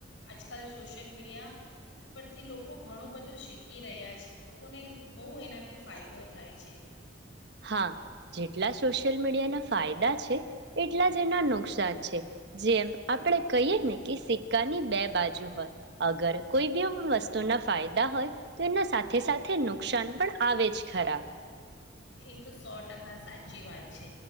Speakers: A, on the left; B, on the right.
A: આજકાલ સોશયલ મીડિયા પરથી લોકો ઘણું બધું શીખી રહ્યા છે લોકોને બહુ એનાથી ફાયદો થાય છે
B: હા જે જેટલા સોશિયલ મીડિયા ના ફાયદા છે એટલા જ એના નુકશા ન છે જેમ આપડે કહીએ ને કે સિક્કાની બે બાજુ હોય અગર કોઈ બ વસ્તુના ફાયદા હોય તો એના સાથે સાથે નુકસાન પણ આવે જ ખરા
A: એ તો સો ટકા સાચી વાત છે